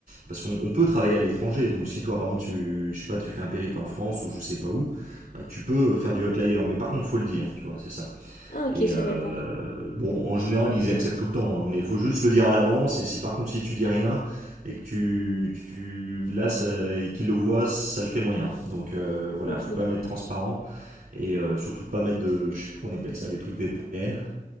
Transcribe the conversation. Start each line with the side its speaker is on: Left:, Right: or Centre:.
Right: parce qu'on on peut travailler à l'étranger. Donc si toi, par exemple, tu, je sais pas, tu fais un périple en France ou je sais pas où, bah, tu peux faire du hotlayer, mais par contre, faut le dire, tu vois, c'est ça.
Left: Ah, ok,
Right: Et
Left: je savais
Right: euh,
Left: pas.
Right: bon, en général, ils acceptent tout le temps, hein, mais il faut juste le dire à l'avance. Et si par contre, si tu dis rien et que tu, tu là, ça- et qu'ils le voient, ça le fait moyen. Donc euh, voilà,
Left: Ok.
Right: faut quand même être transparent. et euh, surtout pas mettre de, je sais plus qu'on appelle ça, les trucs VPN.